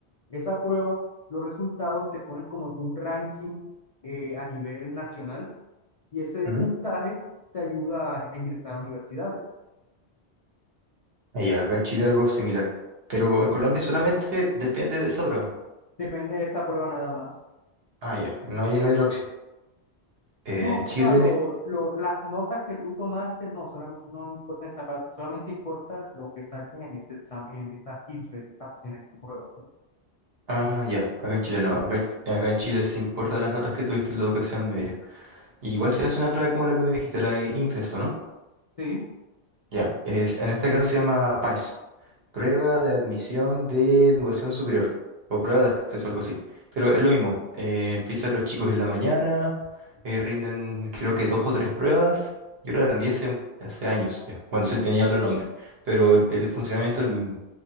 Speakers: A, on the left; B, on the right.
A: Esa prueba, los resultados te ponen como en un ranking eh, a nivel nacional y ese
B: ¿Mm?
A: puntaje te ayuda a, a ingresar a universidades.
B: Ah, acá en Chile algo similar, pero en Colombia solamente depende de esa prueba.
A: Depende de esa prueba nada más.
B: Ah, ya, no hay, no hay otra opción. Eh,
A: No, o
B: en Chile
A: sea, lo, lo- las notas que tú tomaste, no, solam- no importa esa parte, solamente importa lo que saques en ese exam- en esas ITFES, en esas pruebas.
B: Ah, ya, acá en Chile no, acá, acá en Chile se importan las notas que tuviste en la educación media. Igual se hace una prueba como la que me dijiste, la de Infesto, ¿no?
A: Sí.
B: Ya, es, en este caso se llama PAES, Prueba de Admisión de Educación Superior, o Prueba de Acceso, algo así. Pero es lo mismo, eh, empiezan los chicos en la mañana, eh, rinden creo que dos o tres pruebas. Yo la rendí hace, un- hace años ya, cuando se tenía otro nombre, pero el, el funcionamiento es el mismo.